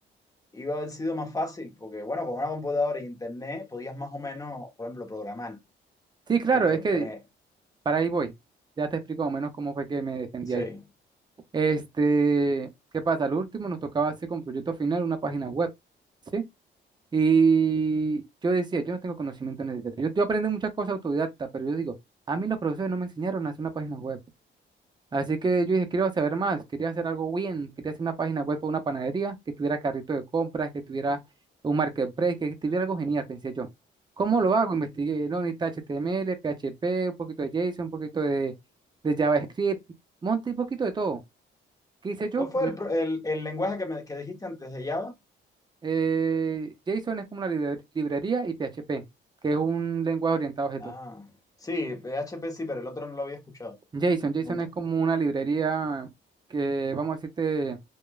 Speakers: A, on the left (about 15°); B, on the right (about 20°).
A: iba a haber sido más fácil porque, bueno, con una computadora y internet podías más o menos, por ejemplo, programar.
B: Sí, claro,
A: Porque,
B: es que
A: por ejemplo,
B: para ahí voy. Ya te explico más o menos cómo fue que me defendí
A: sí.
B: ahí. Este, ¿qué pasa? Lo último nos tocaba hacer con proyecto final una página web. ¿sí? Y yo decía, yo no tengo conocimiento necesario. Yo, yo aprendí muchas cosas autodidacta, pero yo digo, a mí los profesores no me enseñaron a hacer una página web. Así que yo dije, quiero saber más, quería hacer algo bien, quería hacer una página web para una panadería, que tuviera carrito de compras, que tuviera un marketplace, que tuviera algo genial, pensé yo. ¿Cómo lo hago? Investigué, no, necesita HTML, PHP, un poquito de JSON, un poquito de, de JavaScript, monté un poquito de todo. ¿Qué hice yo?
A: ¿Cuál fue el, pro- el, el lenguaje que, me, que dijiste antes de Java?
B: Eh, JSON es como una libre- librería y PHP, que es un lenguaje orientado a objetos.
A: Ah, sí, PHP sí, pero el otro no lo había escuchado,
B: JSON, JSON
A: nunca.
B: es como una librería que, vamos a decir, te,